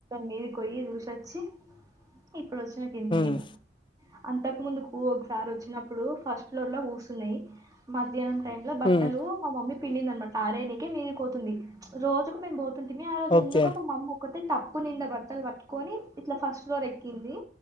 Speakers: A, on the right (about 20°); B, on the left (about 25°).
A: మీది పోయ్యి చూసొచ్చి ఇప్పుడు వచ్చిన కిందికిీ
B: ఉమ్.
A: ఇగా అంతకు ముందుకు ఒకసారి వచ్చినప్పుడు ఫస్ట్ ఫ్లోర్ లో కూర్సున్నాయి మధ్యాహ్నం టైమ్ లా బట్టలు
B: ఉమ్.
A: మా మమ్మీ పిండింది అనమాట ఆరయనికి మీది పోతుంది రోజుకు మేము పోతుంటిమి ఆ రోజు
B: ఓకే
A: ఎందుకు మా మమ్మీ ఒకతే టప్పు నిండా బట్టలు పట్టుకొని ఇట్లా ఫస్ట్ ఫ్లోర్ ఎక్కింది